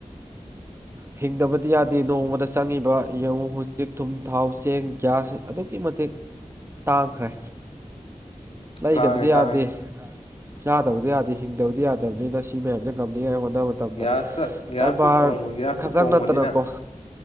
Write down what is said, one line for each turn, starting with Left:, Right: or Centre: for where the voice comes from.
Right: ꯍꯤꯡꯗꯕꯗꯤ ꯌꯥꯗꯦ ꯅꯣꯡꯃꯗ ꯆꯪꯉꯤꯕ ꯌꯦꯡꯉꯨ ꯍꯧꯖꯤꯛ ꯊꯨꯝ ꯊꯥꯎ ꯆꯦꯡ ꯒ꯭ꯌꯥꯁ ꯑꯗꯨꯛꯀꯤ ꯃꯇꯤꯛ ꯇꯥꯡꯈ꯭ꯔꯦ ꯂꯩꯗꯕꯗꯤ
Left: ꯇꯥꯡꯉꯦ
Right: ꯌꯥꯗꯦ
Left: ꯇꯥꯡꯉꯦ
Right: ꯆꯥꯗꯕꯗꯤ ꯌꯥꯗꯦ ꯍꯤꯡꯗꯕꯗꯤ ꯌꯥꯗꯕꯅꯤꯅ ꯁꯤ ꯃꯌꯥꯝꯁꯦ ꯉꯝꯅꯤꯡꯉꯥꯏ ꯍꯣꯠꯅꯕ ꯃꯇꯝꯗ
Left: ꯒ꯭ꯌꯥꯁꯇ ꯒ꯭ꯌꯥꯁꯇ
Right: ꯀꯔꯕꯥꯔ
Left: ꯊꯣꯡꯕ ꯒ꯭ꯌꯥꯁꯇ
Right: ꯇꯪ
Left: ꯊꯣꯡꯕꯅꯤꯅ
Right: ꯅꯠꯇꯅꯀꯣ